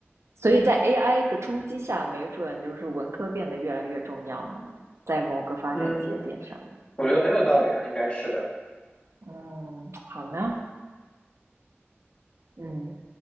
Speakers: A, on the right; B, on the left.
A: 所以在 AI 的冲击下，没准就是文科变得越来越重要了呢，在某个发展节点上面。
B: 嗯，我觉得很有道理啊，应该是的。
A: 嗯，好呢，嗯，